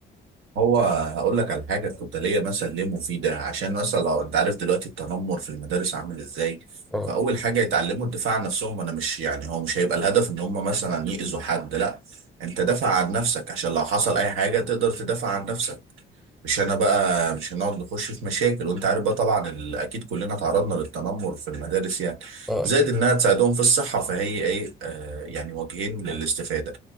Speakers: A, on the right; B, in the centre.
A: هو هقول لك على حاجه كنت ليا مثلا ليه مفيده عشان مثلا لو انت عارف دلوقتي التنمر في المدارس عامل ازاي
B: اه
A: فاول حاجه يتعلموا الدفاع عن نفسهم انا مش يعني هو مش هيبقى الهدف ان هم مثلا يأذوا حد لا انت دافع عن نفسك عشان لو حصل اي حاجه تقدر تدافع عن نفسك مش انا بقى مش هنقعد نخش في مشاكل وانت عارف بقى طبعا ال- اكيد كلنا تعرضنا للتنمر في المدارس يعني
B: اه
A: زائد
B: اكيد
A: انها تساعدهم في الصحه فهي ايه آه يعني وجهين للاستفاده